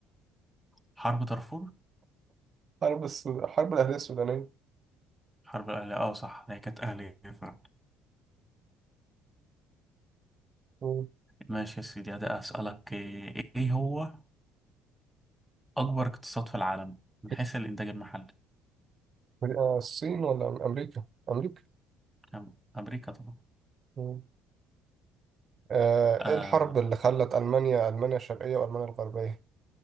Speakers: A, in the centre; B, on the right.
A: حرب دارفور
B: حرب السود... الحرب الأهلية السودانية
A: حرب الأهلية اه صح هي كانت أهلية فعلا
B: مم.
A: ماشي يا سيدي ده أسألك إيه إيه هو أكبر اقتصاد في العالم من
B: <laughs>
A: حيث الإنتاج المحلي
B: آه، الصين ولا أمريكا؟ أمريكا
A: أم- أمريكا طبعا
B: مم. آه،
A: آه
B: إيه الحرب اللي خلت ألمانيا ألمانيا الشرقية وألمانيا الغربية؟